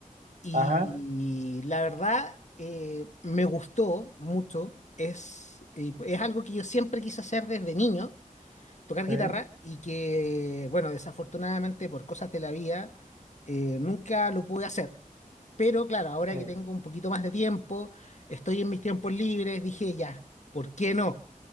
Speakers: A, on the left; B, on the right.
A: Y
B: Ajá,
A: la verdad, eh, me gustó mucho. Es, y es algo que yo siempre quise hacer desde niño tocar
B: sí,
A: guitarra y que, bueno, desafortunadamente por cosas de la vida, eh, nunca lo pude hacer. Pero claro, ahora
B: sí,
A: que tengo un poquito más de tiempo, estoy en mis tiempos libres, dije ya, ¿por qué no?